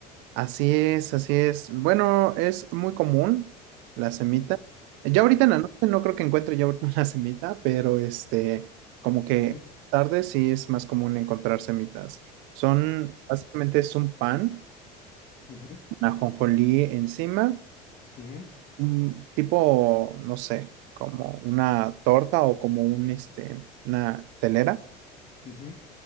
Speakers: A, on the right; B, on the left.
A: Así es, así es. Bueno, es muy común la semita.
B: Ujú,
A: Ya ahorita en la noche no creo que encuentre yo ahorita <laughs> una semita, pero este, como que
B: ujú,
A: tarde sí es más común encontrar semitas. Son, básicamente es un pan,
B: ujú, ujú.
A: una ajonjolí encima
B: ujú.
A: un tipo, no sé, como una torta o como un, este, una telera.
B: Ujú.